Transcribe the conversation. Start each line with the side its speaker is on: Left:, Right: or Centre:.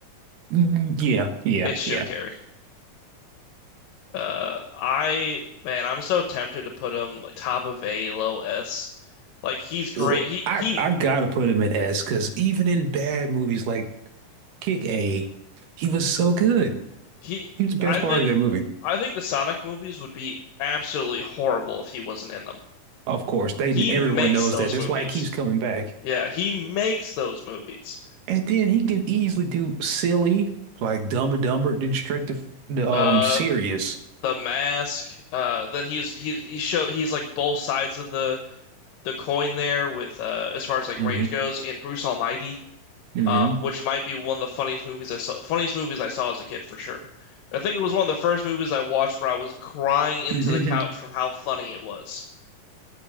Right: <laughs> Yeah, yeah,
Left: It's Jim
Right: yeah.
Left: Carrey. Uh, I man, I'm so tempted to put him like top of A, low S Like he's great.
Right: Ugh,
Left: He
Right: I
Left: he
Right: I gotta put him in S because even in bad movies like Kick A, he was so good.
Left: he.
Right: He was the best
Left: I
Right: part
Left: think
Right: of that movie.
Left: I think the Sonic movies would be absolutely horrible if he wasn't in them.
Right: Of course, they
Left: He
Right: everyone
Left: makes
Right: knows
Left: those
Right: that. That's
Left: movies.
Right: why it keeps coming back.
Left: Yeah, he makes those movies.
Right: And then he can easily do silly, like Dumb and Dumber, then straight to the
Left: Uh,
Right: um serious.
Left: The Mask. Uh, then he's he he show he's like both sides of the the coin there with uh as far as like
Right: hmm
Left: range goes in Bruce Almighty.
Right: hmm
Left: Um, which might be one of the funniest movies I saw, funniest movies I saw as a kid for sure. I think it was one of the first movies I watched where I was crying into
Right: hmm
Left: the couch from how funny it was.